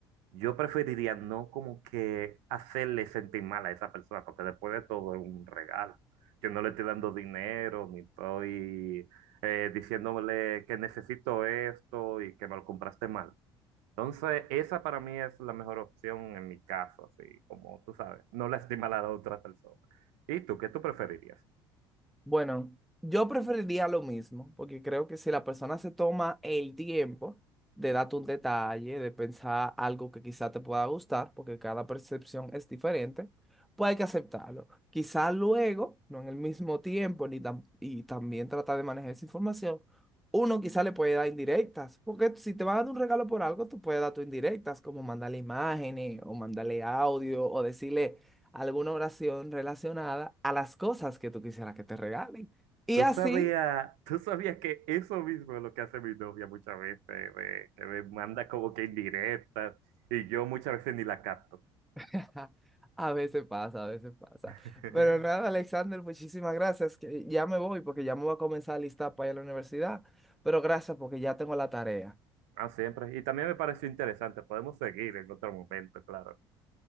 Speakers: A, on the right; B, in the centre.
A: yo preferiría no como que hacerle sentir mal a esa persona, porque después de todo es un regalo. Yo no le estoy dando dinero, ni estoy eh, diciéndole que necesito esto y que me lo compraste mal. Entonces, esa para mí es la mejor opción en mi caso, así como tú sabes, no lastima a la otra persona. ¿Y tú, qué tú preferirías?
B: Bueno, yo preferiría lo mismo, porque creo que si la persona se toma el tiempo de darte un detalle, de pensar algo que quizá te pueda gustar, porque cada percepción es diferente, pues hay que aceptarlo. Quizá luego, no en el mismo tiempo, ni tam- y también tratar de manejar esa información, uno quizá le puede dar indirectas, porque si te van a dar un regalo por algo, tú puedes dar tus indirectas, como mandarle imágenes, o mandarle audio, o decirle alguna oración relacionada a las cosas que tú quisieras que te regalen. Y
A: ¿Tú
B: así,
A: sabías, tú sabías que eso mismo es lo que hace mi novia muchas veces, de- que me manda como que indirectas y yo muchas veces ni la capto?
B: <laughs> a veces pasa, a veces pasa.
A: <laughs>
B: Pero nada, Alexander, muchísimas gracias. que ya me voy porque ya me voy a comenzar a listar para ir a la universidad. Pero gracias porque ya tengo la tarea.
A: Ah, siempre. Y también me pareció interesante. Podemos seguir en otro momento, claro.